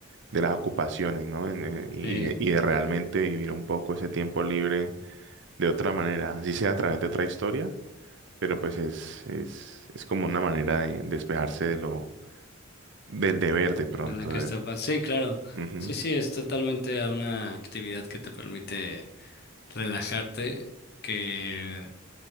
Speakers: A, on the right (about 60°); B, on the left (about 50°).
A: de las ocupaciones, ¿no? En- eh, y,
B: Sí,
A: y de- y de realmente vivir un poco ese tiempo libre de otra manera, así sea a través de otra historia pero pues es, es, es como una manera de despejarse de lo, del deber de pronto.
B: en la que
A: de-
B: está, pa- sí, claro.
A: Ujú.
B: Sí, sí, es totalmente a una actividad que te permite relajarte, que